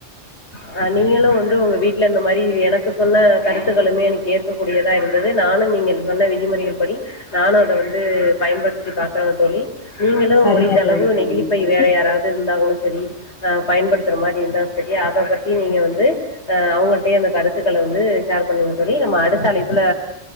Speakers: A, on the left; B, on the left.
A: அ நீங்களு வந்து உங்க வீட்ல இந்த மாரி எனக்கு சொன்ன கருத்துக்களுமே எனக் ஏத்து கூடியதா இருந்தது நானு நீங்க சொன்ன விதிமுறைகள் படி நானு அத வந்து பயன்படுத்தி பாக்குறே தோழி நீங்களு
B: சரிங்க
A: முடிந்த அளவு
B: தோழி, சரிங்க
A: நெகிழிப்பை
B: தோழி.
A: வேற யாராவது இருந்தாங்களு சரி ஆ பயன்படுத்துற மாரி இருந்தா சரியா அத பத்தி நீங்க வந்து அ அவங்கிட்டேயோ அந்த கருத்துக்கள வந்து ஷேர் பண்ணுங்க தோழி நம்ம அடுத்த அழைப்புல